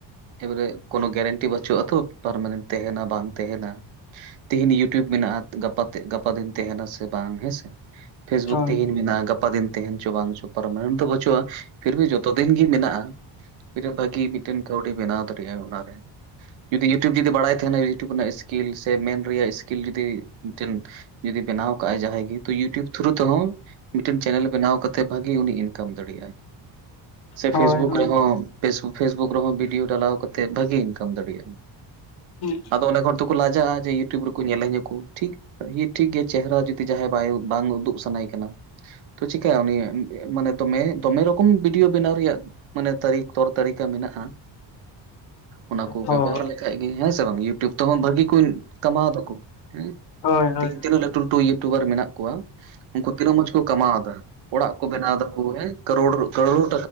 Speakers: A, on the right (about 75°); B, on the left (about 55°).
A: ᱮᱵᱟᱨᱮ ᱠᱚᱱᱳ ᱜᱮᱨᱮᱱᱴᱤ ᱵᱟᱹᱪᱩᱜᱼᱟ ᱛᱚ ᱯᱟᱨᱢᱟᱱᱮᱱᱴ ᱛᱟᱦᱮᱱᱟ ᱵᱟᱝ ᱛᱟᱦᱮᱸᱱᱟ ᱾ ᱛᱤᱦᱤᱧ ᱤᱭᱩᱴᱩᱵᱽ ᱢᱮᱱᱟᱜᱼᱟ <inaudible> ᱜᱟ ᱜᱟᱯᱟ ᱫᱤᱱ ᱛᱟᱦᱮᱱᱟ ᱥᱮ ᱵᱟᱝ ᱦᱮᱸᱥᱮ? ᱯᱷᱮᱥᱵᱩᱠ
B: ᱦᱳᱭ
A: ᱛᱮᱦᱮᱧ ᱢᱮᱱᱟᱜᱼᱟ ᱜᱟᱯᱟ ᱫᱤᱱ ᱛᱟᱦᱮᱱ ᱪᱚ ᱵᱟᱝ ᱪᱚ ᱯᱟᱨᱢᱟᱱᱮᱱᱴ ᱫᱚ ᱵᱟᱪᱩᱜᱼᱟ ᱯᱷᱤᱨᱵᱷᱤ ᱡᱚᱛᱚ ᱫᱤᱱ ᱜᱮ ᱢᱮᱱᱟᱜᱼᱟ, ᱢᱤᱫᱴᱮᱱ ᱵᱷᱟᱜᱤ ᱢᱤᱫᱴᱮᱱ ᱠᱟᱹᱣᱰᱤ ᱵᱮᱱᱟᱣ ᱫᱟᱲᱮᱭᱟᱜᱼᱟ ᱚᱱᱟᱨᱮ᱾ ᱡᱩᱫᱤ ᱤᱭᱩᱴᱩᱵᱽ ᱡᱩᱫᱤ ᱵᱟᱲᱟᱭ ᱛᱟᱦᱮᱱᱟ, ᱤᱭᱩᱴᱩᱵᱽ ᱨᱮᱱᱟᱜ ᱥᱠᱤᱞ ᱥᱮ ᱢᱮᱱ ᱨᱮᱭᱟᱜ ᱥᱠᱤᱞ ᱡᱩᱫᱤ ᱢᱤᱫᱴᱮᱱ ᱡᱩᱫᱤ ᱵᱮᱱᱟᱣ ᱡᱟᱦᱟᱭ ᱤᱭᱩᱴᱤᱭᱩᱵ ᱛᱮᱦᱚᱸ ᱢᱤᱫᱴᱮᱱ ᱪᱮᱱᱮᱞ ᱵᱮᱱᱟᱣ ᱠᱟᱛᱮᱜ ᱵᱷᱟᱜᱤ ᱩᱱᱤ ᱤᱱ ᱠᱟᱢ ᱫᱟᱲᱮᱭᱟᱜᱼᱟᱭ ᱥᱮ
B: ᱦᱳᱭ
A: ᱯᱷᱮᱥᱵᱩᱠ
B: ᱦᱳᱭ
A: ᱨᱮᱦᱚᱸ ᱯᱷᱮᱥ <inaudible> ᱯᱷᱮᱥᱵᱠ ᱨᱮᱦᱚᱸ ᱵᱷᱤᱰᱭᱳ ᱰᱟᱞᱟᱣ ᱠᱟᱛᱮᱜ ᱵᱷᱟᱜᱤ ᱤᱱᱠᱟᱢ ᱫᱟᱲᱮᱭᱟᱜᱼᱟᱭ᱾
B: ᱦᱮᱸ ᱾
A: ᱟᱫᱚ ᱚᱱᱮᱠ ᱦᱚᱲ ᱛᱚᱠᱚ ᱞᱟᱡᱟᱜᱼᱟ, ᱡᱮ ᱤᱭᱩᱴᱩᱵᱽ ᱨᱮᱠᱚ ᱧᱮᱞᱮᱧᱟ ᱠᱚ, ᱴᱷᱤᱠ <unintelligible> ᱴᱷᱤᱠ ᱜᱮᱭᱟ ᱪᱮᱦᱨᱟ ᱡᱩᱫᱤ ᱡᱟᱦᱟᱸᱭ ᱵᱟᱭ ᱵᱟᱝ ᱩᱫᱩᱜ ᱥᱟᱱᱟᱭᱮ ᱠᱟᱱᱟ, ᱛᱚ ᱪᱤᱠᱟᱭᱟ ᱩᱱᱤ ᱢᱟᱱᱮ ᱫᱚᱢᱮ ᱫᱚᱢᱮ ᱨᱚᱠᱚᱢ ᱵᱷᱤᱰᱤᱭᱳ ᱵᱮᱱᱟᱣ ᱨᱮᱭᱟᱜ ᱢᱟᱱᱮ ᱛᱟᱹᱨᱤᱠᱟ ᱛᱚᱨ ᱛᱟᱹᱨᱤᱠᱟ ᱢᱮᱱᱟᱜᱼᱟ, ᱚᱱᱟ ᱠᱚ
B: ᱦᱳᱭ
A: ᱵᱮᱵᱚᱦᱟᱨ ᱞᱮ ᱦᱮᱸ ᱥᱮ ᱵᱟᱝ ᱤᱭᱩᱴᱩᱵᱽ ᱛᱮᱦᱚᱸ ᱵᱷᱟᱹᱜᱤ ᱠᱚᱧ ᱠᱟᱢᱟᱣ ᱫᱟᱠᱚ ᱦᱮᱸ ᱾
B: ᱦᱳᱭ ᱦᱳᱭ ᱦᱳᱭ
A: ᱛᱤᱦᱤᱧ ᱛᱤᱱᱟᱹᱜ ᱞᱟᱴᱩ ᱞᱟᱹᱴᱩ ᱤᱭᱩᱴᱩᱵᱟᱨ ᱢᱮᱱᱟᱜ ᱠᱚᱣᱟ, ᱩᱱᱠᱩ ᱛᱤᱱᱟᱹᱜ ᱢᱚᱸᱡᱽ ᱠᱚ ᱠᱟᱢᱟᱣᱮᱫᱟ᱾ ᱚᱲᱟᱜ ᱠᱚ ᱵᱮᱱᱟᱣ ᱫᱟᱠᱚ ᱦᱮᱸ, ᱠᱟᱨᱳᱲ ᱠᱟᱨᱳᱲ